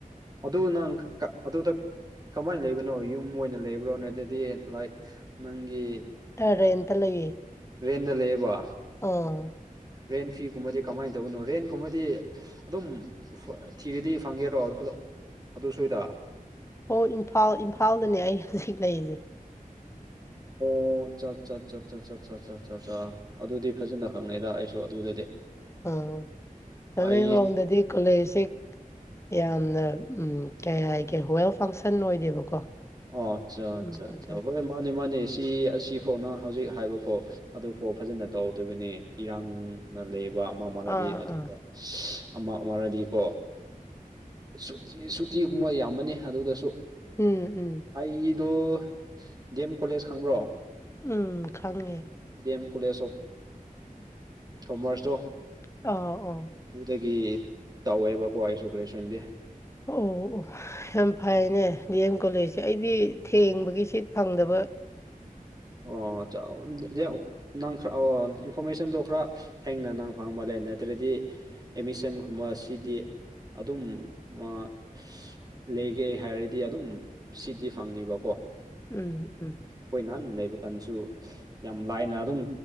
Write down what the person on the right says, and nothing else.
ꯑꯗꯨ ꯅꯪ ꯀ ꯑꯗꯨꯗ ꯀꯃꯥꯏꯟ ꯂꯩꯕꯅꯣ ꯌꯨꯝ ꯑꯣꯏꯅ ꯂꯩꯕ꯭ꯔꯣ ꯅꯠꯇꯗꯤ ꯂꯥꯏꯛ ꯅꯪꯒꯤ
ꯔꯦꯟꯗ ꯂꯩꯌꯦꯕ
ꯔꯦꯟ ꯐꯤꯒꯨꯝꯕꯗꯤ ꯀꯃꯥꯏꯟ ꯇꯧꯕꯅꯣ ꯔꯦꯟꯒꯨꯝꯕꯗꯤ ꯑꯗꯨꯝ ꯊꯤꯔꯗꯤ ꯐꯪꯒꯦꯔꯣ ꯑꯗꯨ ꯁ꯭ꯋꯥꯏꯗ
ꯑꯣ ꯆꯥ ꯆꯥ ꯆꯥ ꯆꯥ ꯆꯥ ꯆꯥ ꯆꯥ ꯆꯥ ꯆꯥ ꯑꯗꯨꯗꯤ ꯐꯖꯅ ꯈꯪꯅꯩꯗ ꯑꯩꯁꯨ ꯑꯗꯨꯗꯗꯤ
ꯑꯩ
ꯑꯣ ꯑꯠꯆꯥ
ꯑꯠꯆꯥ
ꯍꯣꯏ ꯃꯥꯅꯦ ꯃꯥꯅꯦ ꯁꯤ ꯑꯁꯤ ꯐꯥꯎꯅ ꯍꯧꯖꯤꯛ ꯍꯥꯏꯕ ꯐꯥꯎ ꯑꯗꯨ ꯐꯥꯎ ꯐꯖꯅ ꯇꯧꯗꯣꯏꯕꯅꯦ ꯏꯔꯥꯡ ꯂꯩꯕ ꯑꯃ ꯃꯔꯗꯤ
ꯑꯗꯨꯒ
ꯑꯃ ꯑꯃꯔꯗꯤꯀꯣ ꯁꯨꯇꯤ ꯁꯨꯇꯤꯒꯨꯝꯕ ꯌꯥꯝꯃꯅꯤ ꯑꯗꯨꯗꯁꯨ
ꯑꯩꯗꯨ ꯗꯤ꯬ꯑꯦꯝ ꯀꯣꯂꯦꯖ ꯈꯪꯕ꯭ꯔꯣ
ꯗꯤ ꯑꯦꯝ ꯀꯣꯂꯦꯖ ꯑꯣꯐ ꯀꯣꯃꯔꯁꯇꯣ
ꯑꯗꯨꯗꯒꯤ ꯇꯧꯋꯦꯕꯀꯣ ꯑꯩꯁꯨ ꯒ꯭ꯔꯦꯖꯨꯋꯟ ꯗꯤ
ꯑꯣ ꯆꯥꯎꯋꯤꯟ <unintelligible> ꯅꯪ ꯈꯔ ꯑꯣ ꯏꯟꯐꯣꯔꯃꯦꯁꯟꯗꯣ ꯈꯔ ꯊꯦꯡꯅ ꯅꯪ ꯐꯪꯕ ꯂꯩ ꯅꯠꯇ꯭ꯔꯗꯤ ꯑꯦꯃꯤꯁꯟꯒꯨꯝꯕ ꯁꯤꯗꯤ ꯑꯗꯨꯝ ꯑꯥ ꯂꯩꯒꯦ ꯍꯥꯏꯔꯗꯤ ꯑꯗꯨꯝ ꯁꯤꯗꯤ ꯐꯪꯅꯤꯕ
ꯑꯈꯣꯏ ꯅꯍꯥꯟ ꯂꯩꯕ ꯀꯥꯟꯗꯁꯨ ꯌꯥꯝ ꯂꯥꯏꯅ ꯑꯗꯨꯝ